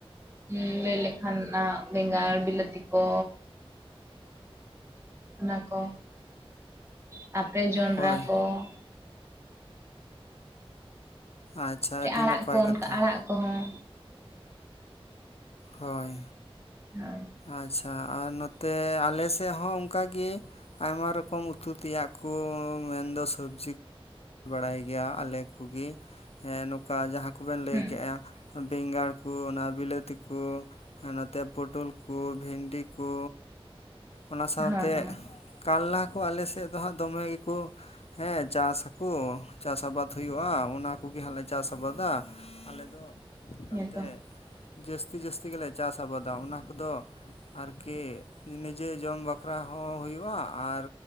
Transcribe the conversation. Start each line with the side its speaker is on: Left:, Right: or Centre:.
Right: ᱩᱸ ᱞᱟᱹᱭ ᱞᱮᱠᱷᱟᱱ ᱟᱸ ᱵᱮᱸᱜᱟᱲ ᱵᱤᱞᱟᱹᱛᱤ ᱠᱚ, ᱚᱱᱟ ᱠᱚ ᱛᱟᱯᱨᱮ ᱡᱚᱱᱰᱨᱟ
Left: ᱦᱳᱭ
Right: ᱠᱚ ᱾
Left: ᱟᱪᱪᱷᱟ
Right: ᱪᱮ
Left: ᱟᱹᱰᱤ
Right: ᱟᱲᱟᱜ
Left: ᱱᱟᱯᱟᱭ
Right: ᱠᱚ ᱚᱱᱠᱟ
Left: ᱠᱟᱛᱷᱟ
Right: ᱟᱲᱟᱜ ᱠᱚᱦᱚᱸ᱾
Left: ᱦᱳᱭ,
Right: ᱦᱩᱸ
Left: ᱟᱪᱪᱷᱟ ᱟᱨ ᱱᱚᱛᱮ ᱟᱞᱮ ᱥᱮᱫ ᱦᱚᱸ ᱚᱱᱠᱟ ᱜᱮ, ᱟᱭᱢᱟ ᱨᱚᱠᱚᱢ ᱩᱛᱩ ᱛᱮᱭᱟᱜ ᱠᱚ ᱢᱮᱱᱫᱚ ᱥᱚᱵᱽᱡᱤ ᱵᱟᱲᱟᱭ ᱜᱮᱭᱟ ᱟᱞᱮ ᱠᱚᱜᱮ ᱱᱚᱝᱠᱟ ᱡᱟᱦᱟᱸ ᱠᱚᱵᱮᱱ ᱞᱟᱹᱭ
Right: ᱦᱩᱸ
Left: ᱠᱮᱜᱼᱟ ᱵᱮᱸᱜᱟᱲ ᱠᱚ ᱚᱱᱟ ᱵᱤᱞᱟᱹᱛᱤ ᱠᱩ, ᱟᱨ ᱱᱚᱛᱮ ᱯᱚᱴᱚᱞ ᱠᱚ ᱵᱷᱮᱱᱰᱤ ᱠᱚ ᱚᱱᱟ ᱥᱟᱶᱛᱮ
Right: ᱦᱮᱸ ᱦᱮᱸ
Left: ᱠᱟᱞᱞᱟ ᱠᱚ ᱟᱞᱮ ᱥᱮᱫ ᱫᱚ ᱦᱟᱸᱜ ᱫᱚᱢᱮ ᱜᱮᱠᱚ, ᱦᱮᱸ ᱪᱟᱥ ᱠᱩ ᱪᱟᱥ ᱟᱵᱟᱫᱽ ᱦᱩᱭᱩᱜ-ᱟ ᱚᱱᱟ ᱠᱚᱜᱮ ᱦᱟᱸᱜ ᱞᱮ ᱪᱟᱥ ᱟᱵᱟᱫᱟ। ᱟᱞᱮ ᱫᱚ ᱮᱠᱟᱞᱛᱮ
Right: ᱦᱮᱸᱛᱚ
Left: ᱡᱟᱹᱥᱛᱤ ᱡᱟᱹᱥᱛᱤ ᱜᱮᱞᱮ ᱪᱟᱥ ᱟᱵᱟᱫᱟ, ᱚᱱᱟ ᱠᱚᱫᱚ ᱟᱨᱠᱤ ᱱᱤᱡᱮ ᱡᱚᱢ ᱵᱟᱠᱷᱨᱟ ᱦᱚᱸ ᱦᱩᱭᱩᱜᱼᱟ ᱟᱨ